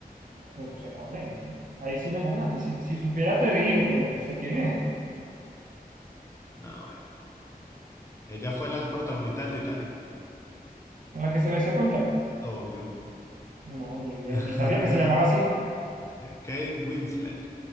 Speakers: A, on the right; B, on the left.
A: No, pues no sé cuál es. Ahí sí me ganaste. Si, si supiera te digo, pero no sé quién es.
B: Ah, bueno. Ella fue la protagonista del Titanic,
A: En la que se besó con Jack.
B: obvio.
A: No, ni, idea-
B: <laughs>
A: ni sabía que se llamaba así.
B: Kate Winslet.